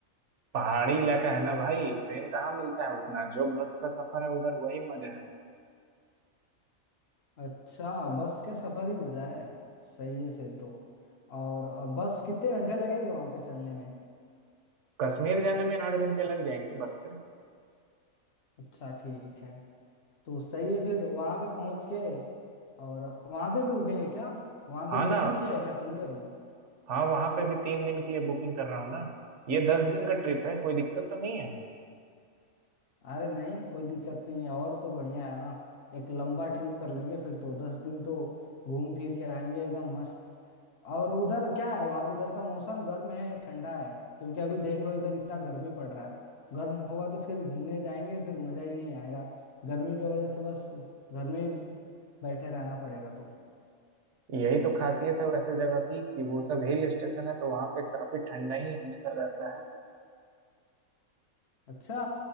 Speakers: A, on the right (about 65°); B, on the left (about 55°).
A: पहाड़ी इलाका है ना भाई ट्रेन कहाँ मिलता है उतना जो बस का सफर है उधर वही मजा है
B: अच्छा बस के सफर ही मजा है सही है फिर तो और अ, बस कितने घंटे लगेंगे वहां पे चलने में
A: कश्मीर जाने में आठ घंटे लग जाएंगे बस से
B: अच्छा ठीक है तो सही है फिर वहां पे पहुंच के और वहां पे भी रुकेंगे क्या वहां
A: हाँ
B: पे बुकिंग
A: ना
B: किया है क्या तुमने रूम
A: हाँ वहाँ पे भी तीन दिन के लिए बुकिंग कर रहा हूँ ना ये दस दिन का ट्रिप है कोई दिक्कत तो नहीं है
B: अरे नहीं कोई दिक्कत नहीं है और तो बढ़िया है ना एक लंबा ट्रिप कर लेंगे फिर तो दस दिन तो घूम फिर के आएंगे एकदम मस्त और उधर क्या है वहाँ उधर का मौसम गर्म है या ठंडा है क्योंकि अभी देख रहे हो इधर इतना गर्मी पड़ रहा है गर्म होगा तो फिर घूमने जाएंगे फिर मजा ही नहीं आएगा गर्मी की वजह से बस घर में ही बैठे रहना पड़ेगा तो
A: यही तो खासियत है वैसे जगह की कि वो सब हिल स्टेशन है तो वहाँ पे काफी ठंडा ही हमेशा रहता है
B: अच्छा